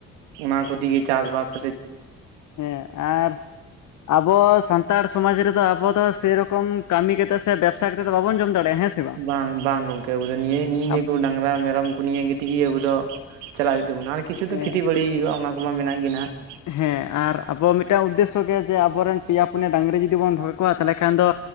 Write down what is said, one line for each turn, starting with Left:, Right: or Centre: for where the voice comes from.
Right: ᱚᱱᱟ ᱠᱚ ᱛᱮᱜᱮ ᱪᱟᱥ ᱵᱟᱥ ᱾
Left: ᱦᱮᱸ ᱟᱨ ᱟᱵᱚ ᱥᱟᱱᱛᱟᱲ ᱥᱚᱢᱟᱡᱽ ᱨᱮᱫᱚ ᱟᱵᱚ ᱫᱚ ᱥᱮᱨᱚᱠᱚᱢ ᱠᱟᱹᱢᱤ ᱠᱟᱛᱮᱫ ᱥᱮ ᱵᱮᱵᱽᱥᱟ ᱠᱟᱛᱮᱫ ᱫᱚ ᱵᱟᱵᱚᱱ ᱡᱚᱢ ᱫᱟᱲᱮᱭᱟᱜᱼᱟ ᱦᱮᱸ ᱥᱮ
Right: ᱵᱟᱝ ᱵᱟᱝ ᱜᱚᱝᱠᱮ ᱟᱵᱩ ᱫᱚ ᱱᱤᱭᱟᱹ
Left: ᱦᱮᱸ
Right: ᱱᱤᱜ ᱱᱤᱭᱟᱹ
Left: ᱟᱵ
Right: ᱠᱚ ᱰᱟᱝᱨᱟ ᱢᱮᱨᱚᱢ ᱠᱚ ᱱᱤᱭᱟᱹᱜᱮ ᱛᱮᱜᱮ ᱟᱵᱚᱫᱚ ᱫᱚ ᱪᱟᱞᱟᱜ ᱦᱩᱭᱩᱜ ᱛᱟᱵᱚᱱᱟ ᱟᱨ ᱠᱤᱪᱷᱩ ᱫᱚ
Left: ᱦᱮᱸ
Right: ᱠᱷᱮᱛᱤ ᱵᱟᱹᱲᱤ ᱦᱩᱭᱩᱜᱼᱟ ᱚᱱᱟ ᱠᱚᱢᱟ ᱢᱮᱱᱟᱜ ᱜᱮ ᱱᱟᱦᱟᱜ ᱾
Left: ᱦᱮᱸ ᱟᱨ ᱟᱵᱚ ᱢᱤᱫᱴᱟᱱ ᱩᱫᱽᱫᱮᱥᱥᱚ ᱜᱮ ᱡᱮ ᱟᱵᱚᱨᱮᱱ ᱯᱮᱭᱟ ᱯᱩᱱᱭᱟᱹ ᱰᱟᱝᱨᱤ ᱡᱩᱫᱤ ᱵᱚᱱ ᱫᱚᱦᱚ ᱠᱮᱠᱚᱣᱟ ᱛᱟᱦᱚᱞᱮ ᱠᱷᱟᱱ ᱫᱚ